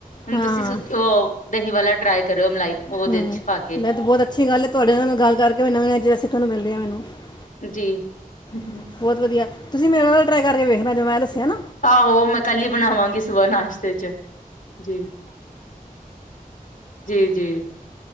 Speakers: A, on the left (about 65°); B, on the left (about 30°).
A: <unintelligible>
B: ਹਾਂ ਹਾਂ
A: ਦਹੀਂ ਵਾਲਾ ਟਰਾਈ ਕਰਿਓ ਮਲਾਈ
B: <inaudible>
A: ਉਹਦੇ ਚ ਪਾ ਕੇ
B: <inaudible>
A: <unintelligible>
B: <unintelligible> <unintelligible>
A: ਆਹੋ ਮੈਂ ਕੱਲੀ ਬਣਾਵਾਂਗੀ ਸੁਬਾਹ
B: <inaudible> <inaudible>
A: ਨਾਸ਼ਤੇ ਚ ਜੀ ਜੀ ਜੀ